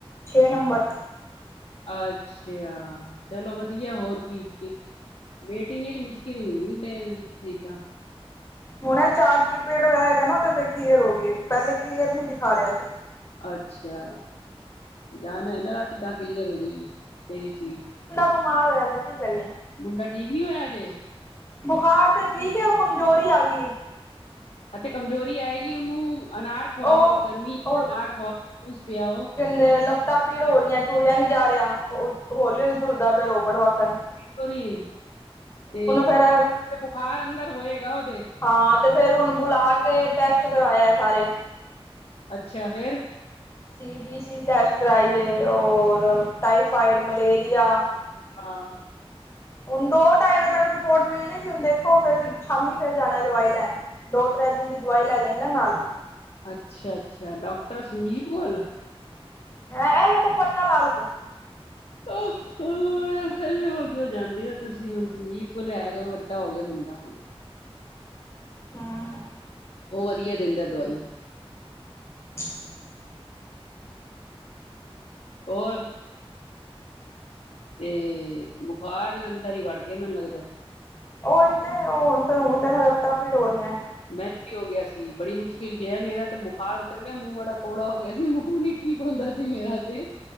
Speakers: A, on the left; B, on the left.
A: ਛੇ ਨੰਬਰ।
B: ਅੱਛਾਯਾ! ਚਲੋ ਵਧੀਆ ਹੋਰ ਕੀ, ਕੀ। ਵੇਟਿੰਗ ਵਿੱਚ ਮੁਸ਼ਕਿਲ ਈ ਹੁੰਦੀ, ਤਿੰਨ ਸੀਟਾਂ।
A: ਹੁਣੇ ਚਾਰਟ ਪ੍ਰੀਪੇਅਰਡ ਹੋਇਆ ਹੈਗਾ ਨਾ, ਤੇ ਫਿਰ ਕਲੀਅਰ ਹੋ ਗਈ ਏ। ਪਹਿਲੇ ਕਲੀਅਰ ਨੀ ਦਿਖਾ ਰਿਹਾ ਸੀ।
B: ਅੱਛਾ। ਜਾਣਾ ਹੈ ਨਾ ਰਾਤੀ ਤਾਂ ਕਲੀਅਰ ਹੋ ਗਈ, ਤੇਰੀ ਸੀਟ।
A: ਬਮਾਰ ਹੋਇਆਦਾ ਕੀ ਕਰੀਏ?
B: ਮੁੰਡਾ ਠੀਕ ਨਹੀਂ ਹੋਇਆ, ਹਜੇ?
A: ਬੁਖਾਰ ਤੇ ਠੀਕ ਐ, ਉਹ ਕਮਜ਼ੋਰੀ ਆ ਗਈ ਏ।
B: ਹਾਂ, ਤੇ ਕਮਜ਼ੋਰੀ ਆਏਗੀ ਉਹਨੂੰ, ਅਨਾਰ ਖਵਾਓ,
A: ਉਹ
B: ਗਰਮੀ ਅਨਾਰ ਖਵਾਓ, ਜੂਸ ਪਿਆਓ।
A: ਤੇ, ਲੱਤਾਂ ਪੀੜ ਹੋ ਰਹੀਆਂ, ਤੁਰਿਆ ਨੀ ਜਾ ਰਿਹਾ। ਹੌਲੀ-ਹੌਲੀ ਤੁਰਦਾ ਪਿਆ, ਰੋਬਟ ਵੱਕਣ।
B: ਟੋਰੀਨ, ਅਜੇ
A: ਫਿਰ
B: ਬੁਖਾਰ ਅੰਦਰ ਹੋਏਗਾ, ਉਹਦੇ।
A: ਹਾਂ, ਤੇ ਫਿਰ ਹੁਣ ਬੁਲਾਕੇ ਟੈਸਟ ਕਰਵਾਇਆ ਸਾਰੇ।
B: ਅੱਛਾ, ਫਿਰ।
A: ਸੀਬੀਸੀ ਟੈਸਟ ਕਰਾਈਏ, ਔਰ ਟਾਈਫਾਈਡ, ਮਲੇਰੀਆ
B: ਹਾਂ।
A: ਹੁਣ ਦੋ-ਢਾਈ ਵਜੇ ਤੱਕ ਰਿਪੋਰਟ ਮਿਲਣੀ ਸੀ ਹੁਣ ਦੇਖੋ, ਫਿਰ ਸ਼ਾਮੀ ਫਿਰ ਜਾਣਾ ਏ ਦਵਾਈ ਲੈਣ। ਦੋ-ਤ੍ਰੈ ਦਿਨ ਦੀ ਦਵਾਈ ਲੈ ਜਾਂਗੀ ਨਾ, ਨਾਲ।
B: ਅੱਛਾ-ਅੱਛਾ, ਡਾਕਟਰ ਸੰਜੀਵ ਕੋਲ?
A: ਹੈਂ, ਐਰੇ ਕੋ ਪਪੰਨਾ ਲਾਲ ਕੋ।
B: ਅਹ ਹ। ਹੋਲ ਕੀ ਹੋ ਜਾਂਦੀ ਏ, ਤੁਸੀਂ ਹੁਣ ਸੰਜੀਵ ਕੋਲ ਲਿਆਇਆ ਕਰੋ ਵੱਡਾ ਹੋਗਿਆ ਮੁੰਡਾ ਹੁਣ।
A: ਹਮ
B: ਓਹ ਵਧੀਆ ਦਿੰਦਾ ਦਵਾਈ।
A: <inaudible>
B: ਹੋਰ। ਤੇ, ਬੁਖਾਰ ਇਹਦੇ ਅੰਦਰ ਹੀ ਵੜ ਗਿਆ, ਮੈਨੂੰ ਲੱਗਦਾ।
A: ਉਹੀ ਤੇ ਹੁਨ, ਫਿਰ ਹੁਣ ਕਹਿ ਰਿਹਾ, ਲੱਤਾਂ ਪੀੜ ਹੋ ਰਹੀਆਂ।
B: ਮੈਂਨ ਵੀ ਹੋਗਿਆ ਸੀ। ਬੜੀ ਮੁਸ਼ਕਿਲ ਗਿਆ, ਮੇਰਾ ਤੇ ਬੁਖ਼ਾਰ ਉਤਰ ਗਿਆ, ਮੂੰਹ ਬੜਾ ਕੌੜਾ ਹੋਗਿਆ ਸੀ, ਮੂੰਹ ਨੀ ਠੀ ਠੀਕ ਹੁੰਦਾ ਸੀ, ਮੇਰਾ ਤੇ।